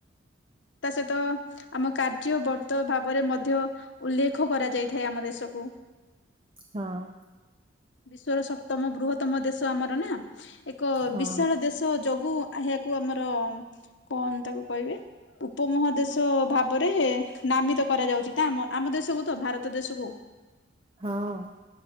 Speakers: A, on the left; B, on the right.
A: ତା ସହିତ ଆମ କାର୍ଯ୍ୟବର୍ତ ଭାବରେ ମଧ୍ୟ ଉଲ୍ଲେଖ କରାଯାଇଥାଏ ଆମ ଦେଶକୁ।
B: ହଁ।
A: ବିଶ୍ଵର ସପ୍ତମ ବୃହତମ ଦେଶ ଆମର ନା, ଏକ
B: ହଁ
A: ବିଶାଳ ଦେଶ ତ ଯୋଗୁ ଏହାକୁ ଆମର କଣ ତାକୁ କହିବେ ଉପମହାଦେଶ ଭାବରେ ନାମିତ କରାଯାଉଛି, ତ ଆମ ଆମ ଦେଶକୁ ତ, ଭାରତ ଦେଶକୁ।
B: ହଁ।